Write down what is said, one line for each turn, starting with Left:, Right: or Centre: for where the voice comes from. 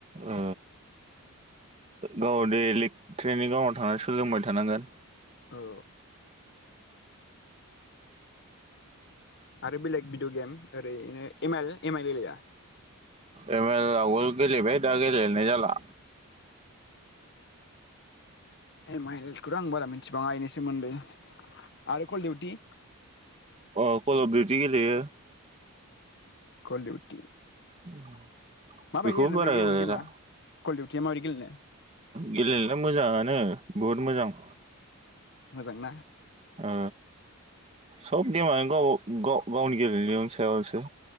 Right: ओ गाव देलिक ट्रेइनिं ग्रावनाव थांनानै सोलोंबाय थानांगोन।
Left: औ आरो बेलेग भिडिअ गेम ओरैनो एम आइल एम आइल गेलेया?
Right: एम एल आवगोल गेलेबाय दा गेलेनाय जाला।
Left: एम आइलखौथ' आं बारा मि थिबाङा इनि सोमोन्दै आरो कलडिउटि।
Right: अ कल अब दिउटि गेलयो।
Left: कलदिउटि।
Right: <unintelligible>
Left: माबायदि
Right: बेखौबो
Left: ओरैनो
Right: बारा
Left: बे गेलेनो
Right: गेलेला
Left: गेमा कल डिउटिया माबायदि गेलेनो?
Right: गेलेनायला मोजाङानो बहुद मोजां।
Left: मोजांना
Right: ओ सब गेमानो गावबा गाव- गावनि गेलेनायनि सायावसो।